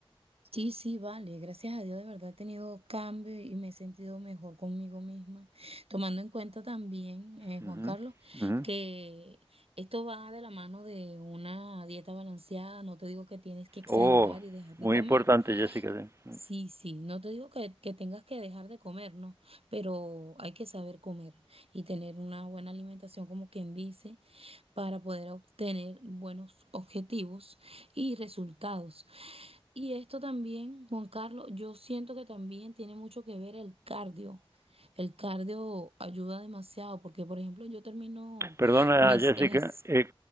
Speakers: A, on the right; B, on the right.
A: sí, sí, vale, gracias a Dios de verdad he tenido cambios y me he sentido mejor conmigo misma, tomando en cuenta también, eh,
B: Ujú,
A: Juan Carlos,
B: ujú.
A: que esto va de la mano de una dieta balanceada, no te digo que tienes que exagerar
B: Oh,
A: y dejar de
B: muy
A: comer,
B: importante, Jessica. sí.
A: sí, sí, no te digo que, que tengas que dejar de comer, no, pero hay que saber comer y tener una buena alimentación como quien dice para poder obtener buenos objetivos y resultados. Y esto también, Juan Carlos, yo siento que también tiene mucho que ver el cardio. El cardio ayuda demasiado porque, por ejemplo, yo termino
B: Perdona,
A: mis
B: Jessica,
A: ejercicios.
B: eh,